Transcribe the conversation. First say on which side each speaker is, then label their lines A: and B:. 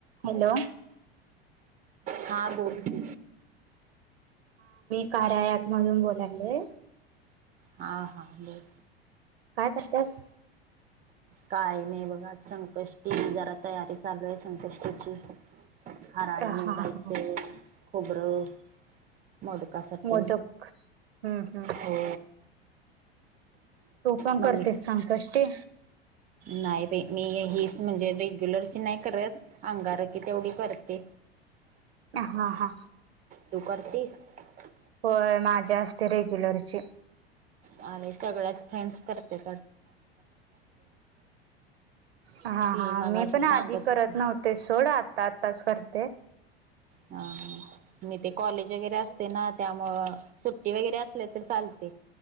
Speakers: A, on the right; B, on the right.
A: Hello?
B: हां बोल, की
A: कार्य अँप मधून बोलाले,
B: हा हा बोल,
A: काय करतेस.
B: कायं नाही बघा संकष्टी जरा, तयारी चालू आहे संकष्टीची. हराळी
A: हा
B: निवडायचं
A: हा
B: खोबरं. मोदकासाठी
A: मोदक हम्म हम्म
B: हो.
A: तु पण
B: मम्मी
A: करतेसं संकष्टी.
B: नाही बाई मी हीच म्हणजे रेग्युलरची नाही करत अंगारकी तेवढी करते.
A: अ हा हा.
B: तु करतीसं,
A: होय माझ्या असते रेग्युलरची
B: अम्ही सगळ्याच फ्रेंड्स करतेत,
A: हा
B: ती
A: हा
B: मगाशी
A: मी पण
B: सांगत
A: आधी करत
B: होती
A: नव्हते, सोड आता आताच करते.
B: अ आणि ते कॉलेज वगैरे असते ना, त्यामुळं सुट्टी वगैरे असल्या तरं चालते.